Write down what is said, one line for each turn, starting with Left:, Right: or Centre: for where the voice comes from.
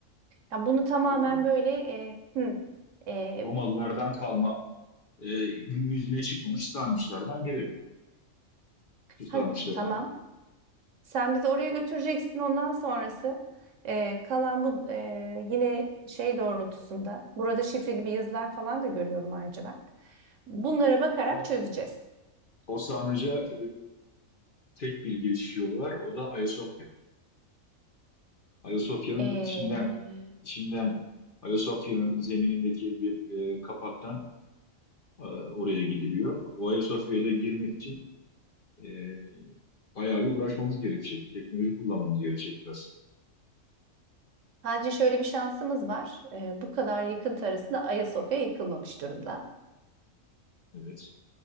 Right: Ya bunu tamamen
Left: Görüyorum.
Right: böyle e, hı, e,
Left: Romalılardan kalma e, gün yüzüne çıkmamış sarnıçlardan biri. Su sarnıçlarından
Right: ha- tamam.
Left: biri.
Right: Sen bizi oraya götüreceksin. Ondan sonrası e, kalan bu e, yine şey doğrultusunda. Burada şifreli bir yazılar falan da görüyorum ayrıca ben. Bunlara bakarak
Left: Ama
Right: çözeceğiz.
Left: o sarnıca e, tek bir giriş yolu var. O da Ayasofya. Ayasofya'nın
Right: E,
Left: içinden içinden Ayasofya'nın zeminindeki bir e, kapaktan e, oraya gidiliyor. O Ayasofya'ya da girmek için e, bayağı bir uğraşmamız gerekecek. Teknoloji kullanmamız gerekecek biraz.
Right: sadece şöyle bir şansımız var. E, bu kadar yıkıntı arasında Ayasofya yıkılmamış durumda.
Left: Evet.